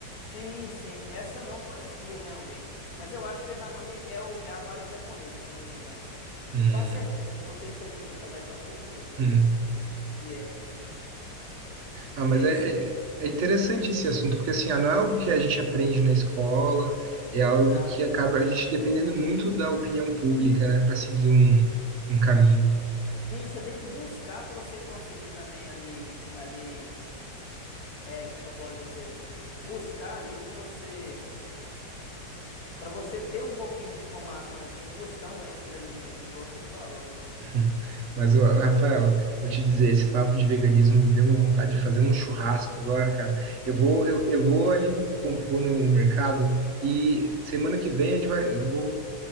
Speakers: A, on the left; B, on the right.
A: Sim, sim. Essa eu não conhecia realmente. Mas eu acho que o edamame é, o, é a vagem japonesa, se eu não me engano.
B: Hum,
A: Eu quase certeza, eu não tenho certeza <laughs> total, mas quase certeza
B: hum.
A: é que é.
B: Ah, mas
A: E é
B: é,
A: isso.
B: é é interessante esse assunto, porque assim, ah, não é algo que a gente aprende na escola, é algo
A: Não.
B: que acaba a gente dependendo muito da opinião pública, né, para seguir um, um caminho. <laughs>
A: Sim, você tem que buscar para você conseguir também ali, ali, é, como é que eu posso dizer? Buscar ali para você, para você ter um pouquinho de informação, né? Você tem que buscar um extra ali mesmo, igual você falou.
B: Hum. Mas, ó,
A: Se não,
B: Rafael, vou te dizer, esse papo de veganismo me deu uma vontade de fazer um churrasco agora, cara. Eu vou, eu, eu vou ali, como vou no mercado, e semana que vem a gente vai, eu vou,